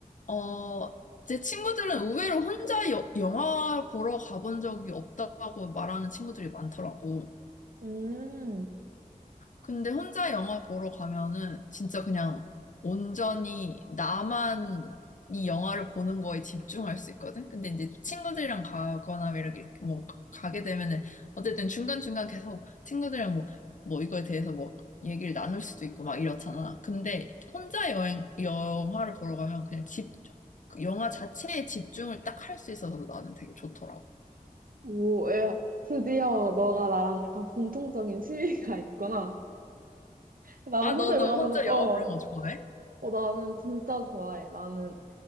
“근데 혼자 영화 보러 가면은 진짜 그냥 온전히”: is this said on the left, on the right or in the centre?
Left